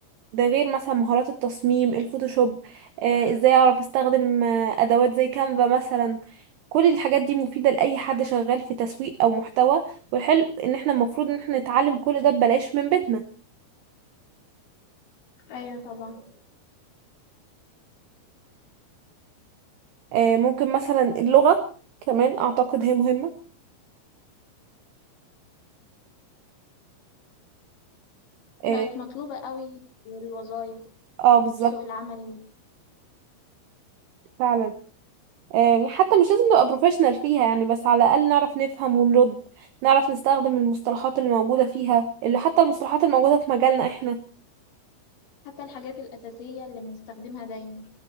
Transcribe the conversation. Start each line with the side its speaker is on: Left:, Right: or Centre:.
Right: ده غير مثلا مهارات التصميم الفوتوشوب آه، إزاي أعرف أستخدم آه، أدوات زي كانفا مثلا كل الحاجات دي مفيدة لأي حد شغال في تسويق أو محتوى والحلو إن احنا المفروض إن احنا نتعلم كل ده ببلاش من بيتنا
Left: أيوه طبعا
Right: آه، ممكن مثلا اللغة كمان أعتقد هي مهمة اه
Left: بقت مطلوبة قوي الوظائف
Right: آه، بالظبط
Left: وفي سوق العمل
Right: فعلا آه، حتى مش لازم نبقى بروفيشنال فيها يعني بس على الأقل نعرف نفهم ونرد نعرف نستخدم المصطلحات اللي موجودة فيها اللي حتى المصطلحات الموجودة في مجالنا احنا
Left: حتى الحاجات الأساسية اللي بنستخدمها دايما